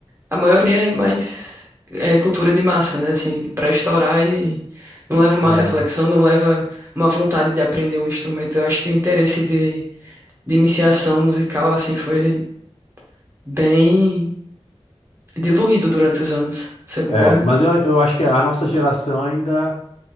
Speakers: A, on the right; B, on the left.
A: A maioria é mais é, cultura de massa, né? Assim, para estourar e não leva uma
B: É,
A: reflexão, não leva uma vontade de aprender um instrumento. Eu acho que o interesse de, de iniciação musical, assim, foi bem diluído durante os anos. Você concorda?
B: é. Mas eu, eu acho que a nossa geração ainda.